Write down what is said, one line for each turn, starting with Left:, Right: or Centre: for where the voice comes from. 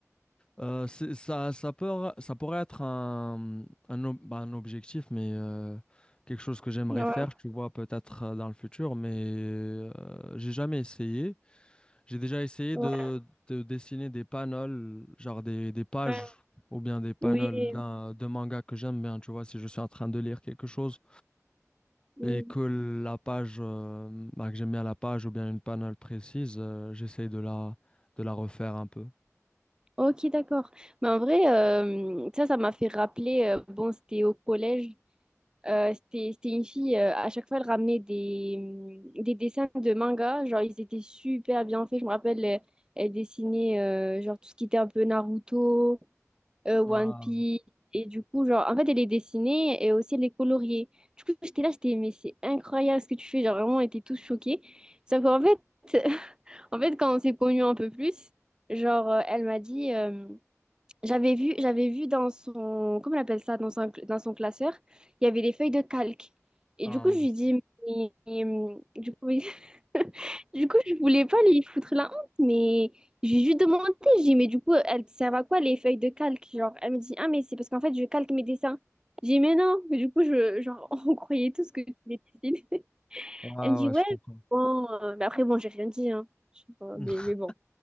Left: euh, c'est- ça, ça peut, ça pourrait être un, un, ob- bah, un objectif, mais euh, quelque chose que j'aimerais
Right: ouais,
Left: faire, tu vois, peut-être euh, dans le futur, mais euh, j'ai jamais essayé. J'ai déjà essayé
Right: ouais,
Left: de, de dessiner des panels, genre des, des pages
Right: ouais.
Left: ou bien des panels
Right: Oui.
Left: d'un, de manga que j'aime bien, tu vois, si je suis en train de lire quelque chose
Right: mm.
Left: et que la page euh, bah, que j'aime bien la page ou bien une panel précise, euh, j'essaye de la de la refaire un peu.
Right: Ok, d'accord. Mais en vrai, euh, ça, ça m'a fait rappeler, euh, bon, c'était au collège, euh, c'était, c'était une fille, euh, à chaque fois, elle ramenait des, mm, des dessins de manga, genre ils étaient super bien faits, je me rappelle, elle, elle dessinait, euh, genre tout ce qui était un peu Naruto. euh, One
Left: Ah,
Right: Piece. Et du coup, genre, en fait, elle les dessinée et aussi elle est coloriée. Du coup, j'étais là, j'étais, mais c'est incroyable ce que tu fais. Genre, vraiment, on était tous choqués. Sauf qu'en fait, <laughs> en fait, quand on s'est connus un peu plus, genre, euh, elle m'a dit, euh, j'avais vu, j'avais vu dans son, comment on appelle ça, dans son, dans son classeur, il y avait des feuilles de calque. Et
Left: ah,
Right: du coup,
Left: mon
Right: je lui
Left: Dieu.
Right: dis, mais, mais, du coup, <laughs> <laughs> Du coup, je voulais pas lui foutre la honte, mais j'ai juste demandé, j'ai dit, mais du coup, elles servent à quoi les feuilles de calque? Genre, elle me dit, ah, mais c'est parce qu'en fait, je calque mes dessins. J'ai dit, mais non, mais du coup, je, genre, <laughs> on croyait tous que tu les dessines. <laughs>
Left: Ah
Right: Elle me dit,
Left: ouais,
Right: ouais,
Left: je comprends.
Right: bon, euh, mais après, bon, j'ai rien dit, hein. Je- euh,
Left: <laughs>
Right: mais, mais bon,